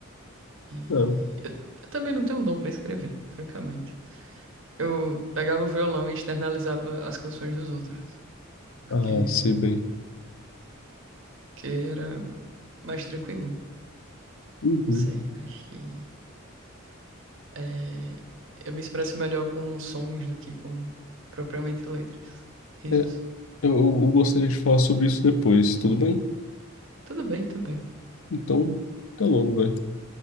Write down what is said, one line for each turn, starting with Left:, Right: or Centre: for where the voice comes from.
Right: E
Left: é.
Right: eu, eu também não tenho dom pra escrever, francamente. Eu pegava o violão e externalizava as canções dos outros. Porque,
Left: Ah, sei bem.
Right: que era mais tranquilo.
Left: Uhum.
Right: Não sei, acho que é, eu me expresso melhor com sons do que com propriamente letras. Risos.
Left: É, Eu, eu eu gostaria de falar sobre isso depois, tudo bem?
Right: Tudo bem, tudo bem.
Left: Então, até logo, velho.